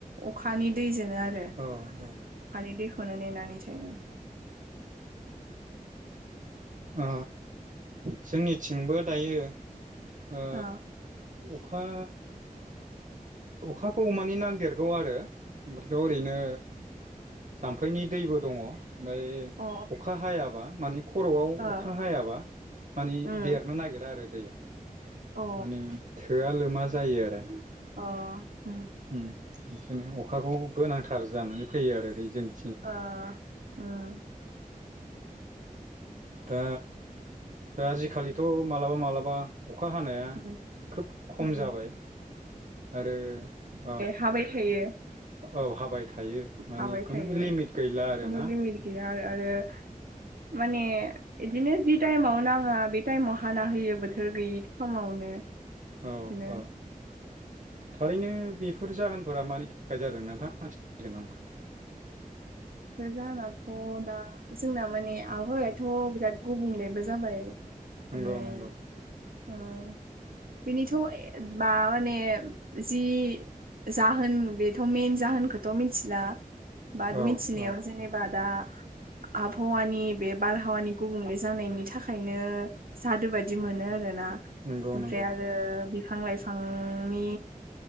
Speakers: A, on the right (about 80°); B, on the right (about 60°).
A: अखानि दैजोंनो आरो।
B: औ औ।
A: अखानि दैखौनो नेनानै सोयो।
B: अ जोंनिथिंबो दायो ओ
A: अ
B: अखा अखाखौ मानि नांदेरगौ आरो ओमफ्रायथ' ओरैनो जाम्फैनि दैबो दङ' ओमफाय
A: ओ
B: अखा हायाबा मानि खर'आव
A: अ
B: अखा हायाबा माने
A: अ
B: देरनो नागिरा आरो दैया
A: ओ
B: माने थोआ लोमा जायो आरो।
A: अ उम।
B: उम बेनिखायनो अखाखौ गोनांथार जानानै फैयो आरै जोंनि
A: ओ उम।
B: दा दा आजिखालिथ' मालाबा मालाबा अखा हानाया
A: ओ उम
B: खोब खम
A: उम
B: जाबाय आरो अ
A: थाबाय थायो।
B: औ हाबाय थायो माने
A: हाबाय
B: खुनु
A: थायो
B: लिमिट गैला आरो
A: खुनु
B: ना?
A: लिमिट आरो माने इदिनो जि टाइमाव नाङा बे टाइमाव हाना होयो बोथोर गैयि समावनो बिदिनो
B: औ औ थारैनो बेफोर जाहोनफोरा मानि थाखाय जादों नोंथां खिथानो‌ हागोन नामा?
A: जानाथ' दा जोंना माने आबहावायाथ' बिराद गुबुंलेबो जाबाय।
B: नंगौ
A: माने
B: नंगौ
A: उम बेनिथ' बा माने जि जाहोन बेथ' मेन जाहोनखौथ' मिथिला बाट
B: औ
A: मि
B: औ
A: जेनेबा दा आबहावानि बे बारहावानि गुबुंले जानायनि थाखायनो सादु बायदि मोनो आरोना
B: नंगौ
A: ओमफ्राय
B: नंगौ
A: आरो थांलाय सांनि